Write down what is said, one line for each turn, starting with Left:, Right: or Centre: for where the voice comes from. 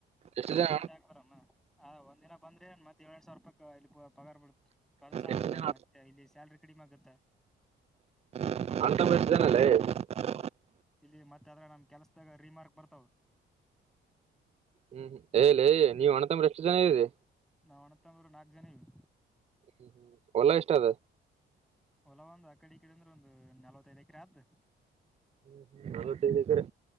Right: ಎಷ್ಟು
Centre: ಅದು
Right: ಜನ
Centre: ಬಿಟ್ಟ ಹಾಕ್ತಾರ ಏನ ಒಂದ ದಿನ ಬಂದ್ರೆ ಮತ್ತ ಏಳ್ ಎರಡ ಸಾವರ ರೂಪಾಯಿ ಇಲ್ಲಿ ಪಗಾರ್ ಬಿಡ್. ಖರ್ಚ ಆಗ್ತದ
Right: ಎಷ್ಟು ಜನ
Centre: ಮತ್ತೆ ಇಲ್ಲಿ ಸ್ಯಾಲ್ರಿ ಕಡಿಮೆ ಆಗತ್ತ.
Right: ಅಂತ. <unintelligible>
Centre: ಇಲ್ಲಿ ಮತ್ತೆ ಅದ್ರ ನಮ್ ಕೆಲ್ಸದಾಗ ರಿಮಾರ್ಕ್ ಬರ್ತಾವ.
Right: ಹ್ಮ್ ಹ್ಮ್ ಏ ಲೈ ನೀವ ಅಣ್ಣತಂಬ್ರ ಎಷ್ಟು ಜನ ಇದರಿ.
Centre: ನಾವು ಅಣತ್ತಮ್ಮರು ನಾಲ್ಕ್ ಜನ ಇದೀವಿ.
Right: ಹ್ಮ್ಮ ಹೊಲ ಎಷ್ಟ ಅದ.
Centre: ಹೊಲ ಒಂದು ಆ ಕಡಿ ಕಡೆ ಅಂದ್ರೆ ಒಂದು ನಲವತ್ತೈದ್ ಎಕ್ರೆ ಆಗ್ತದ.
Right: ಹ್ಮ ಹ್ಮ ನಲ್ವೈತ್ತೈದ ಎಕ್ರೆ